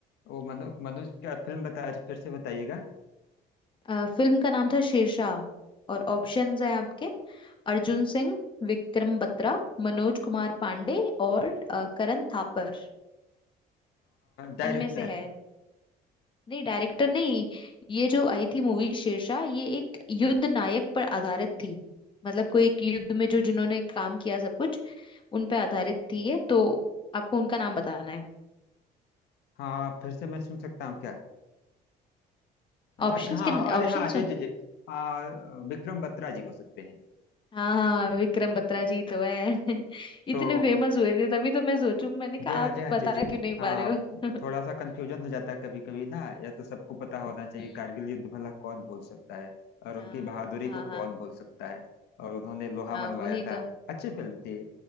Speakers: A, on the left (about 80°); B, on the left (about 30°).
A: वो मनोज मनोज क्या फिल्म बता फिर से बताइएगा
B: अ, फिल्म का नाम था शेरशाह और ऑप्शंस हैं आपके अर्जुन सिंह विक्रम बत्रा मनोज कुमार पांडे और अ, करण थापर
A: डायरेक्टर
B: इनमें से है नहीं डायरेक्टर नहीं ये जो आई थी मूवी शेरशाह ये एक युद्ध नायक पर आधारित थी मतलब कोई एक युद्ध में जो जिन्होंने काम किया सब कुछ उन पे आधारित थी ये तो आपको उनका नाम बताना है
A: हाँ फिर से मैं सुन सकता हूँ क्या हम्म,
B: ऑप्शंस
A: अच्छा हाँ
B: के
A: अरे
B: ऑप्शन
A: हाँ जी
B: सुन
A: जी जी आ, विक्रम बत्रा जी हो सकते हैं
B: हाँ हाँ विक्रम बत्रा जी तो है <laughs> इतने
A: तो
B: फेमस हुए थे तभी तो मैं सोचू मैंने कहा
A: जी हाँ
B: आप
A: जी हाँ
B: बता
A: जी जी
B: क्यों नहीं पा
A: हाँ
B: रहे हो <laughs>
A: थोड़ा सा कंफ्यूजन हो जाता है कभी कभी ना या तो सबको पता होना चाहिए
B: हम्म
A: कारगिल युद्ध भला कौन भूल सकता है और
B: हाँ
A: उनकी बहादुरी
B: हाँ
A: को
B: हाँ
A: कौन भूल सकता है और उन्होंने लोहा
B: हाँ
A: मनवाया
B: वही
A: था
B: तो
A: अच्छी फिल्म थी